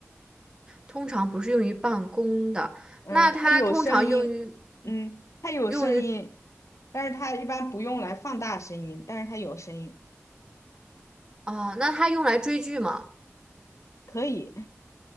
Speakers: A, on the right; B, on the left.
A: 通常不是用于办公的，
B: 嗯，
A: 那它通常用于
B: 它有声音，嗯，它有声音，
A: 用于
B: 但是它一般不用来放大声音，但是它有声音，
A: 哦、那它用来追剧吗？
B: 可以，